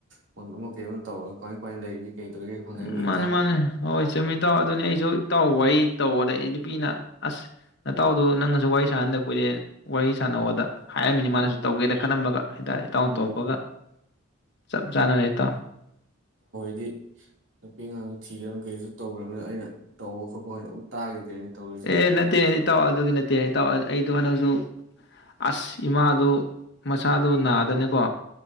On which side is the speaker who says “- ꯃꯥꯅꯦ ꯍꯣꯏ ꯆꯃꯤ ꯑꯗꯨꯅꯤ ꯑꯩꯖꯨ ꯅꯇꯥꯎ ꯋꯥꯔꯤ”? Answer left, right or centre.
Left